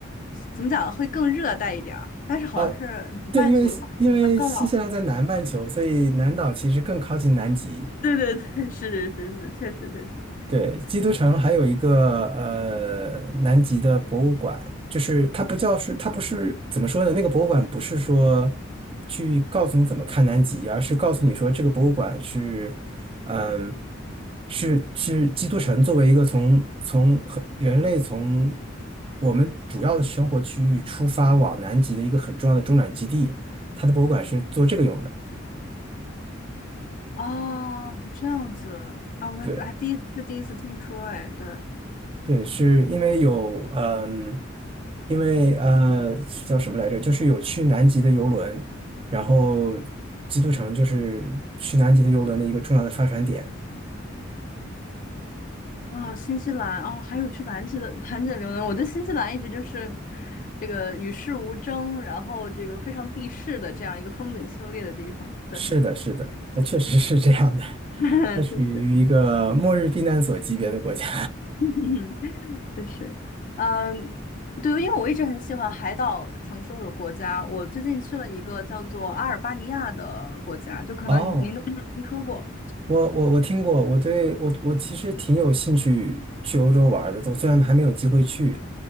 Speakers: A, on the left; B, on the right.
A: 怎么讲，会更热带一点儿，但是好像是南半球的话，
B: 哦，对，因为因为新西兰在南半球，
A: 它更往
B: 所以南岛其实更靠近南极。
A: 对 <laughs> 对对对，是是是是，确实确实。
B: 对，基督城还有一个呃南极的博物馆，就是它不叫是它不是怎么说呢？那个博物馆不是说去告诉你怎么看南极，而是告诉你说这个博物馆是嗯是是基督城作为一个从从很人类从我们主要的生活区域出发往南极的一个很重要的中转基地，它的博物馆是做这个用的。
A: 哦，是这样子啊，我还还第一次第一次听说，
B: 对。
A: 哎，对，
B: 对，是因为有嗯，因为呃叫什么来着？就是有去南极的游轮，然后基督城就是去南极的游轮的一个重要的发船点。
A: 啊，新西兰啊，还有去南极的兰芝游呢。我对新西兰一直就是这个与世无争，然后这个非常避世的这样一个风景秀丽的地方。对，
B: 是的，是的，那确实是这样的，
A: 对，<laughs>
B: 它属于一个末日避难所级别的国家。
A: 真是，嗯，真是，嗯，对，因为我一直很喜欢海岛城市或者国家。我最近去了一个叫做阿尔巴尼亚的国家，就可能您都没有听说过。
B: <laughs> 哦。我我我听过，我对我我其实挺有兴趣去欧洲玩儿的，我虽然还没有机会去，